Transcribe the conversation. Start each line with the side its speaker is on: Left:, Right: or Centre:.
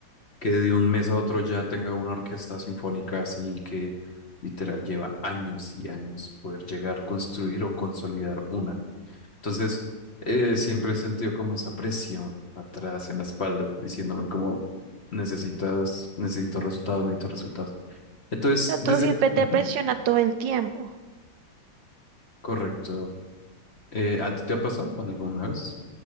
Left: que de un mes a otro ya tenga una orquesta sinfónica así que literal lleva años y años poder llegar, a construir o consolidar una. Entonces, eh, siempre he sentido como esa presión atrás en la espalda, diciéndome como necesitas, necesito resultados, necesito resultados. Entonces,
Right: O sea, tu
Left: desde...
Right: jefe
Left: Ujú,
Right: te presiona todo el tiempo.
Left: correcto. Eh, ¿a ti te ha pasado alguna vez?